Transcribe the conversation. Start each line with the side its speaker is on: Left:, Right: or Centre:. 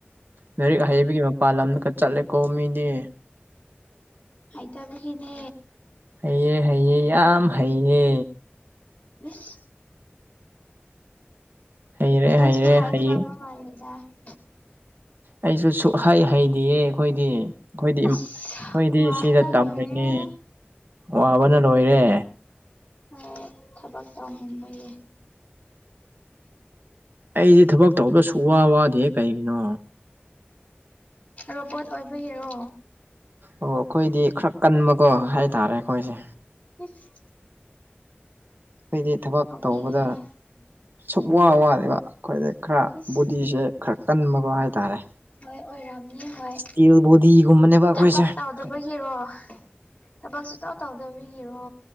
Right: ꯂꯥꯏꯔꯤꯛ ꯍꯩꯕꯒꯤ ꯃꯄꯥꯟ ꯂꯝꯗꯒ ꯆꯠꯂꯦꯀꯣ ꯃꯤꯗꯤ
Left: ꯍꯥꯏꯇꯥꯕꯤꯒꯤꯅꯦ
Right: ꯍꯩꯌꯦ ꯍꯩꯌꯦ ꯌꯥꯝ ꯍꯩꯌꯦ
Left: ꯏꯁ
Right: ꯍꯩꯔꯦ
Left: ꯅꯪꯁꯨ
Right: ꯍꯩꯔꯦ
Left: ꯍꯥꯏꯒꯗꯕ꯭ꯔꯣ
Right: ꯍꯩꯌꯦ
Left: <unintelligible>
Right: ꯑꯩꯁꯨ ꯁꯨꯛꯍꯩ ꯍꯩꯗꯤꯌꯦ ꯑꯩꯈꯣꯏꯗꯤ ꯑꯈꯣꯏꯗꯤ
Left: ꯑꯁ
Right: ꯑꯩꯈꯣꯏꯗꯤ
Left: ꯋꯥꯕꯅ
Right: ꯁꯤꯗ ꯇꯝꯔꯤꯅꯦ
Left: ꯂꯣꯏꯔꯦ
Right: ꯋꯥꯕꯅ ꯂꯣꯏꯔꯦ
Left: ꯍꯣꯏ ꯊꯕꯛ ꯇꯧꯅꯤꯡꯕꯒꯤ
Right: ꯑꯩꯗꯤ ꯊꯕꯛ ꯇꯧꯕꯗ ꯁꯨ ꯋꯥ ꯋꯥꯗꯦꯍꯦ ꯀꯩꯒꯤꯅꯣ
Left: ꯔꯣꯕꯣꯠ ꯑꯣꯏꯕꯩꯔꯣ
Right: ꯑꯣ ꯑꯈꯣꯏꯗꯤ ꯈꯔ ꯀꯟꯕꯀꯣ ꯍꯥꯏꯇꯥꯔꯦ ꯑꯈꯣꯏꯁꯦ
Left: ꯏꯁ
Right: ꯑꯩꯈꯣꯏꯗꯤ ꯊꯕꯛ
Left: ꯅꯣꯛꯅꯤꯡꯉꯦ
Right: ꯇꯧꯕꯗ ꯁꯨꯛ ꯋꯥ ꯋꯥꯗꯦꯕ ꯑꯈꯣꯏꯗꯤ ꯈꯔ
Left: ꯏꯁ
Right: ꯕꯣꯗꯤꯁꯦ ꯈꯔ ꯀꯟꯕꯒꯣ ꯍꯥꯏꯇꯥꯔꯦ
Left: ꯍꯣꯏ ꯑꯣꯏꯔꯥꯝꯅꯤ ꯍꯣꯏ
Right: ꯏꯁꯇꯤꯜ ꯕꯣꯗꯤꯒꯨꯝꯕꯅꯦꯕ ꯑꯩꯈꯣꯏꯁꯦ
Left: ꯊꯕꯛ
Right: ꯑꯩꯈꯣꯏ
Left: ꯇꯧ ꯇꯧꯗꯕꯒꯤꯔꯣ ꯊꯕꯛ ꯁꯨꯛꯇꯥꯎ ꯇꯥꯎꯗꯕꯒꯤꯔꯣ